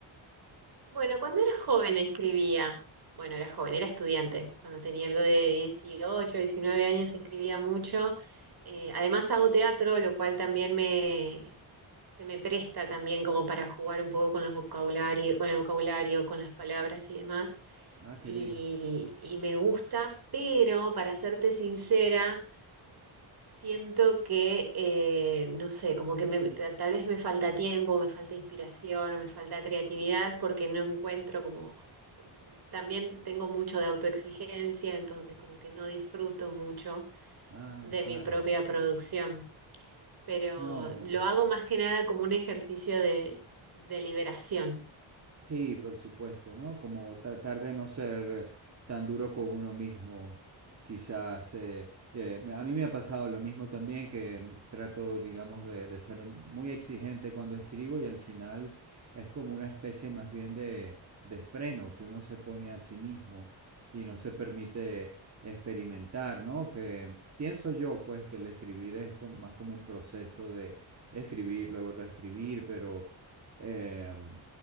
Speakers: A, on the right (about 50°); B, on the right (about 35°).
A: Bueno, cuando era joven escribía. Bueno, era joven, era estudiante. Cuando tenía algo de 18, 19 años escribía mucho. Eh, además hago teatro, lo cual también me, se me presta también como para jugar un poco con los vocabulario, con el vocabulario, con las palabras y demás.
B: Ah, qué
A: y,
B: bien.
A: y me gusta, pero para serte sincera, siento que, eh, no sé, como que me- ta- tal vez me falta tiempo, me falta inspiración o me falta creatividad porque no encuentro como también tengo mucho de autoexigencia, entonces como que no disfruto mucho
B: Ah,
A: de
B: claro.
A: mi propia producción, pero
B: No.
A: lo hago más que nada como un ejercicio de, de liberación.
B: Sí, por supuesto, ¿no? Como tratar de no ser tan duro con uno mismo, quizás. eh, eh, me- a mí me ha pasado lo mismo también, que mm, trato, digamos, de, de ser muy exigente cuando escribo y al final es como una especie más bien de, de freno que uno se pone a sí mismo y no se permite experimentar, ¿no? Que pienso yo, pues, que el escribir es como- más como un proceso de escribir, luego reescribir, pero... em,